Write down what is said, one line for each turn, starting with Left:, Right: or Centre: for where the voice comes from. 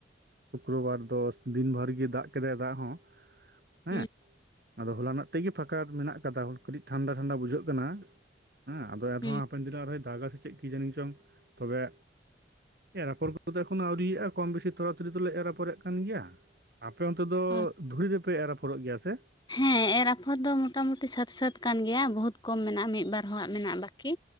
Right: ᱥᱩᱠᱨᱚᱵᱟᱨ ᱫᱚ ᱫᱤᱱ ᱵᱷᱟᱹᱨ ᱜᱮ ᱫᱟᱜ ᱠᱮᱫᱟᱭ ᱫᱟᱜ ᱦᱚᱸ᱾ ᱦᱮᱸ
Left: ᱦᱩᱸ
Right: ᱟᱫᱚ ᱦᱚᱞᱟᱱᱚᱜ ᱛᱮᱜᱮ ᱯᱷᱟᱸᱠᱟ ᱢᱮᱱᱟᱜᱼᱼ ᱠᱟᱹᱴᱤᱡ ᱴᱷᱟᱱᱰᱟ ᱴᱷᱟᱱᱰᱟ ᱵᱩᱡᱷᱟᱹᱜ ᱠᱟᱱᱟ ᱦᱮᱸ ᱟᱫᱚ ᱮᱱᱦᱚᱸᱼᱼ
Left: ᱦᱩᱸ
Right: ᱦᱟᱯᱮᱱ ᱫᱤᱱᱚᱜ ᱟᱨᱦᱚᱸᱭ ᱫᱟᱜᱟ ᱥᱮ ᱪᱮᱫ ᱠᱤ ᱡᱟᱹᱱᱤ ᱪᱚᱝ ᱛᱚᱵᱮᱼᱼ ᱮᱨ ᱟᱯᱷᱚᱨ ᱠᱚᱫᱚ ᱮᱠᱷᱚᱱᱚ ᱟᱹᱣᱨᱤᱭᱟᱜᱼᱟ ᱠᱚᱢ ᱵᱮᱥᱤ ᱛᱷᱚᱲᱟ ᱛᱷᱚᱲᱤ ᱫᱚᱞᱮ ᱮᱨ ᱟᱯᱷᱚᱨᱮᱫ ᱠᱟᱱ ᱜᱮᱭᱟ᱾ ᱟᱯᱮ ᱚᱱᱛᱮ ᱫᱚ
Left: ᱦᱳᱭ
Right: ᱫᱷᱩᱲᱤ ᱨᱮᱯᱮ ᱮᱨ ᱟᱯᱷᱚᱨᱚᱜ ᱜᱮᱭᱟ ᱥᱮ?
Left: ᱦᱮᱸ ᱮᱨ ᱟᱯᱷᱚᱨ ᱫᱚ ᱢᱳᱴᱟᱢᱩᱴᱤ ᱥᱟᱹᱛ ᱥᱟᱹᱛ ᱠᱟᱱ ᱜᱮᱭᱟ ᱵᱚᱦᱩᱫ ᱠᱚᱢ ᱢᱮᱱᱟᱜᱼᱟ ᱢᱤᱫ ᱵᱟᱨ ᱦᱚᱲᱟᱜ ᱢᱮᱱᱟᱜᱼᱟ ᱵᱟᱹᱠᱤ᱾